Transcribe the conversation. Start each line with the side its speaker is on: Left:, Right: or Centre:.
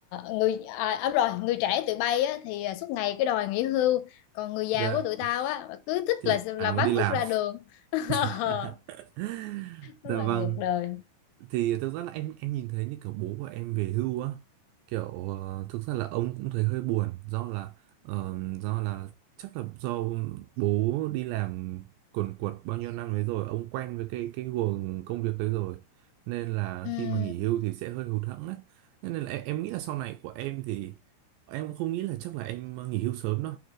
Left: người à, đúng rồi người trẻ tụi bay á, thì à, suốt ngày cái đòi nghỉ hưu còn người già
Right: dạ,
Left: của tụi tao á cứ thích
Right: thì
Left: là là
Right: ai muốn
Left: vác
Right: đi làm?
Left: cuốc ra đường <laughs>
Right: <laughs>
Left: rất
Right: Dạ
Left: là
Right: vâng.
Left: ngược đời
Right: thì thực ra là em em nhìn thấy như kiểu bố của em về hưu á kiểu ờ, thực ra là ông cũng thấy hơi buồn do là ờ, do là chắc là do bố đi làm quần quật bao nhiêu năm đấy rồi ông quen với cái cái guồng công việc đấy rồi nên là
Left: Ừm.
Right: khi mà nghỉ hưu thì sẽ hơi hụt hẫng đấy Thế nên là em, em nghĩ là sau này của em thì em cũng không nghĩ là chắc là em nghỉ hưu sớm đâu